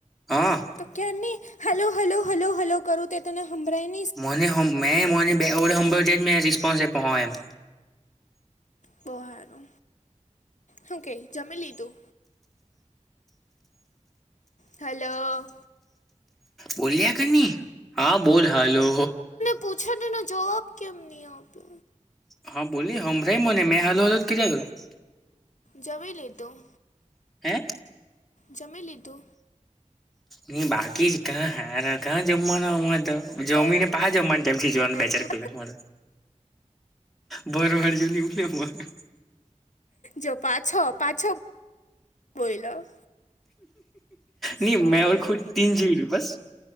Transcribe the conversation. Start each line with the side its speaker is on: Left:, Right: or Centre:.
Centre: હા
Left: તો કાર નહી હલો હલો હલો હલો કરું તે તને હંભળઈને
Centre: મને હોમ મે મોને મેં હોમભડજે રિસ્પોન્સ આપો એમ.
Left: બો હારો. હું કઈ જમી લીધું? હાલો.
Centre: બોલ્યા કરની, હા બોલ હાલો.
Left: પૂછું તેનો જવાબ કેમ ની આપે?
Centre: હા બોલની હમરાય મને મેં હાલો હાલો કર્યા કર્યું.
Left: જમી લીધું?
Centre: હે?
Left: જમી લીધુ?
Centre: ની બાકી જ કા હારા કા જમવાના? તો જમીન
Left: તે
Centre: પાહ જમવાનું તામ થઈ જોવાનું
Left: ને
Centre: બે ચાર
Left: તું
Centre: કલાક મા. ભરહર <unintelligible>
Left: જો પાછો પાછો બોયલો.
Centre: ની
Left: સાલો
Centre: મેં ઓર ખુદ તીન જીવી રું બસ.